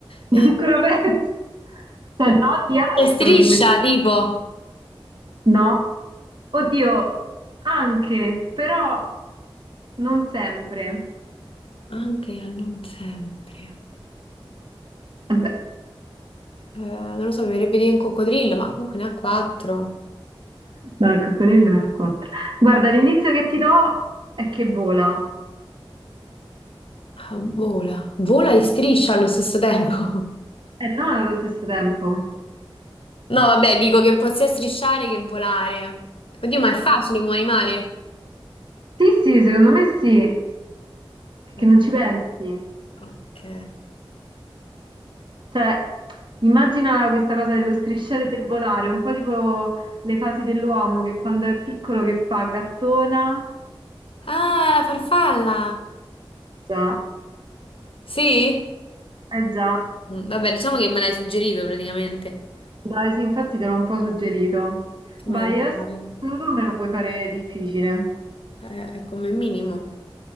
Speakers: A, on the left (about 70°); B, on the right (about 55°).
A: Eh,
B: <laughs> Ancora peggio. Cioè, no, di altro
A: Che <laughs> striscia,
B: di questo.
A: tipo.
B: No. Oddio, anche, però non sempre.
A: anche non sempre.
B: Vabbè. <laughs>
A: Eh, non lo so, mi verrebbe di dire un coccodrillo, ma comunque ne ha quattro.
B: No, il coccodrillo ne ha quattro. Guarda, l'indizio che ti do è che vola.
A: Ah, vola. Vola e striscia allo stesso tempo. <laughs>
B: E non allo stesso tempo.
A: No, vabbè, dico che può sia strisciare che volare. Oddio, ma è facile come animale.
B: Sì, sì, secondo me sì, perché
A: O-
B: non ci pensi.
A: Ok.
B: Cioè, immagina questa cosa dello strisciare e del volare, un po' tipo le fasi dell'uomo che quando è piccolo che fa gattona.
A: Ah, la farfalla.
B: Già,
A: Sì?
B: eh già.
A: Mm, Vabbè, diciamo che me l'hai suggerito praticamente.
B: Dai, sì, infatti te l'ho un po' suggerito.
A: Vabbè,
B: Vai,
A: non
B: adesso
A: vale.
B: tu me lo puoi fare difficile.
A: Eh, è come minimo.